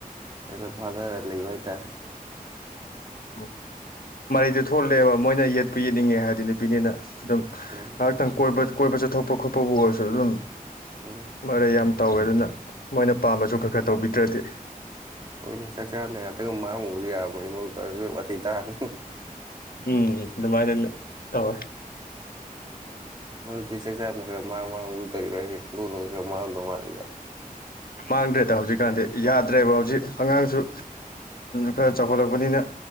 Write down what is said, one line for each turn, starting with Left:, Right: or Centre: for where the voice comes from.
Right: ꯈꯔ ꯈꯔ ꯐꯥꯊꯔ ꯂꯩꯕ ꯍꯥꯏꯇꯥꯔꯦ
Left: ꯎꯝ ꯃꯔꯩꯗꯨ ꯊꯣꯛꯂꯛꯑꯦꯕ ꯃꯣꯏꯅ ꯌꯦꯠꯄꯨ ꯌꯦꯠꯅꯤꯡꯉꯦ ꯍꯥꯏꯗꯤ ꯅꯨꯄꯤꯅꯤꯅ ꯑꯗꯨꯝ
Right: ꯎꯝ
Left: ꯉꯥꯏꯍꯥꯛꯇꯪ ꯀꯣꯏꯕ ꯑꯀꯣꯏꯕ ꯆꯠꯊꯣꯛꯄ ꯈꯣꯠꯄꯕꯨ ꯑꯣꯏꯔꯁꯨ ꯑꯗꯨꯝ
Right: ꯎꯝ
Left: ꯃꯔꯩ ꯌꯥꯝ ꯇꯧꯋꯦ ꯑꯗꯨꯅ ꯃꯣꯏꯅ ꯄꯥꯝꯕꯁꯨ ꯈꯔ ꯈꯔ ꯇꯧꯕꯤꯗ꯭ꯔꯗꯤ
Right: ꯎꯝ ꯍꯣꯏꯅꯦ ꯆꯥꯛ ꯆꯥꯔꯝꯗꯥꯢ ꯉꯥꯛꯇꯒ ꯃꯥꯡꯉꯨꯕꯗꯤ ꯌꯥꯕ꯭ꯔꯥ ꯃꯣꯏ ꯋꯥꯊꯤ ꯇꯥꯅꯤ
Left: ꯎꯝ ꯑꯗꯨꯃꯥꯏꯅ ꯇꯧꯋꯦ
Right: ꯃꯔꯨꯞꯇꯤ ꯆꯥꯛ ꯆꯥꯝꯔꯝꯗꯥꯢ ꯈꯔ ꯃꯥꯡꯕꯗꯣ ꯇꯧꯔꯤꯕ꯭ꯔꯣ ꯍꯥꯏꯁꯦ ꯂꯣꯟ ꯂꯣꯟꯅ ꯈꯔ ꯃꯥꯡꯉꯝꯗꯧ ꯃꯥꯜꯂꯤꯗ
Left: ꯃꯥꯡꯗ꯭ꯔꯦꯗ ꯍꯧꯖꯤꯛꯀꯥꯟꯗꯤ ꯌꯥꯗ꯭ꯔꯦꯕ ꯍꯧꯖꯤꯛ ꯑꯉꯥꯡꯁꯨ ꯈꯔ ꯆꯥꯎꯈꯠꯂꯛꯄꯅꯤꯅ